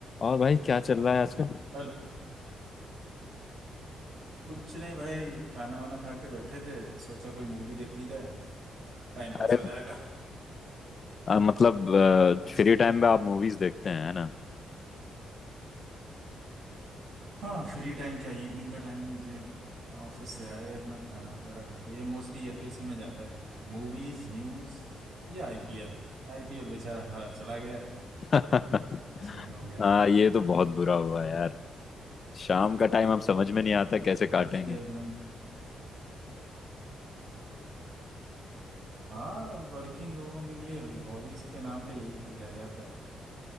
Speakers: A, on the left (about 40°); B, on the right (about 65°).
A: और भाई क्या चल रहा है आजकल
B: Hello कुछ नहीं भाई खाना वाना खा के बैठे थे सोचा कोई मूवी देख ली जाए टाइम पास
A: अरे
B: हो जाएगा
A: आ, मतलब
B: एक्स-
A: फ्री टाइम में आप मूवीज देखते हैं है ना
B: हाँ फ्री टाइम क्या इवनिंग का टाइम जे ऑफिस से आए अपना खाना वगैरह खा के ये मोस्टली ये तो इसी में जाता है मूवीज न्यूज या आईपीएल आईपीएल बेचारा हमारा चला गया
A: <laughs>
B: सस्पेंड हो गया
A: हाँ ये तो बहुत बुरा हुआ यार शाम का टाइम हम समझ में नहीं आता कैसे काटेंगे
B: पिछले एक महीने हाँ वर्किंग लोगों के लिए हॉबीज के नाम पे यही तो रह जाता है